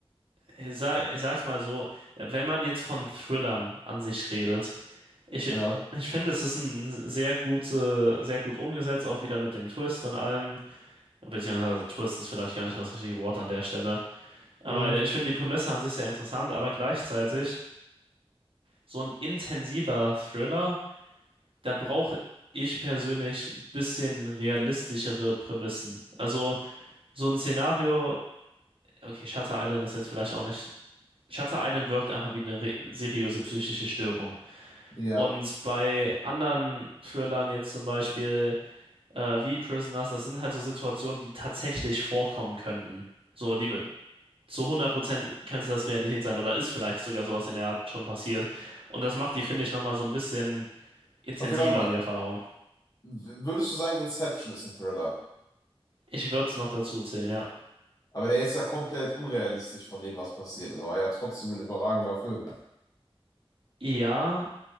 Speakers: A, on the right (about 65°); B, on the left (about 35°).
A: ich sag, ich sag's mal so, wenn man jetzt von Thrillern an sich redet, ich,
B: Ja.
A: ich finde, es ist ein sehr gute, sehr gut umgesetzt, auch wieder mit dem Twist und allem. Beziehungsweise Twist ist vielleicht gar nicht das richtige Wort an der Stelle. Aber
B: Mhm.
A: ich finde die Prämisse an sich sehr interessant, aber gleichzeitig so ein intensiver Thriller, da brauche ich persönlich ein bisschen realistischere Prämissen. Also so ein Szenario, okay, Shutter Island ist jetzt vielleicht auch nicht. Shutter Island wirkt einfach wie eine re seriöse psychische Störung.
B: Ja.
A: Und bei anderen Thrillern jetzt zum Beispiel äh, wie Prisoners, das sind halt so Situationen, die tatsächlich vorkommen könnten. So, die, zu 100% könnte das Realität sein oder ist vielleicht sogar sowas in der Art schon passiert. Und das macht die, finde ich, nochmal so ein bisschen intensiver,
B: Okay, warte mal.
A: die Erfahrung.
B: W- Würdest du sagen, Inception ist ein Thriller?
A: Ich würde es noch dazu zählen, ja.
B: Aber der ist ja komplett unrealistisch von dem, was passiert ist. Aber ja, trotzdem ein überragender Film.
A: Ja,